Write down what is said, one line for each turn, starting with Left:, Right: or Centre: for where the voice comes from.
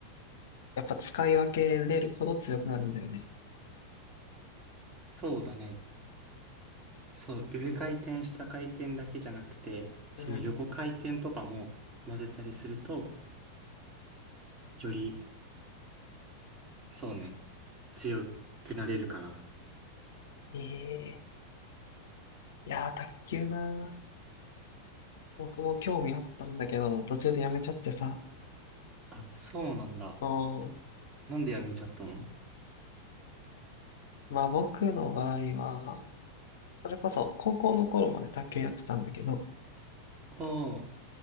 Left: やっぱ使い分けれるほど強くなるんだよね。
Right: そうだね。そう、上回転、下回転だけじゃなくて、その横回転とかも混ぜたりすると、
Left: うん。
Right: より、そうね、強くなれるかな。
Left: ええいやー、卓球なー。僕も興味あったんだけど、途中でやめちゃってさ。
Right: あ、そうなんだ。
Left: そ
Right: なんでやめちゃったの
Left: う。まあ僕の場合は、それこそ高校の頃まで卓球やってたんだけど、
Right: あ